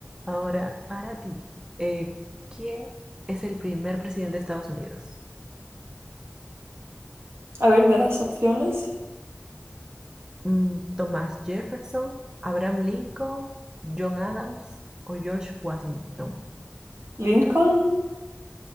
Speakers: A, on the right; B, on the right.
A: ahora, para ti, eh, ¿quién es el primer presidente de Estados Unidos?
B: A ver, ¿me das opciones?
A: Mm, Thomas Jefferson, Abraham Lincoln, John Adams o George Washington.
B: ¿Lincoln?